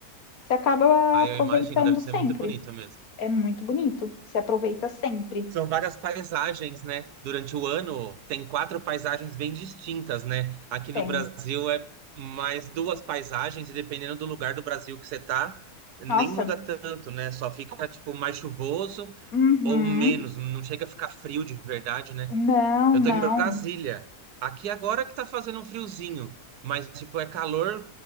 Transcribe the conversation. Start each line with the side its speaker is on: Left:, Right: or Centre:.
Left: você acaba
Right: Ah,
Left: aproveitando
Right: eu imagino, deve
Left: sempre.
Right: ser muito bonito mesmo.
Left: É muito bonito. Se aproveita sempre.
Right: São várias paisagens, né? Durante o ano, tem quatro paisagens bem distintas, né? Aqui no
Left: Tem.
Right: Brasil é mais duas paisagens, e dependendo do lugar do Brasil que você tá, nem
Left: Nossa.
Right: muda tanto, né? Só fica, tipo, mais chuvoso
Left: Uhum.
Right: ou menos. Não chega a ficar frio de verdade, né?
Left: Não,
Right: Eu
Left: não.
Right: tô em Brasília. Aqui agora que tá fazendo um friozinho, mas tipo é calor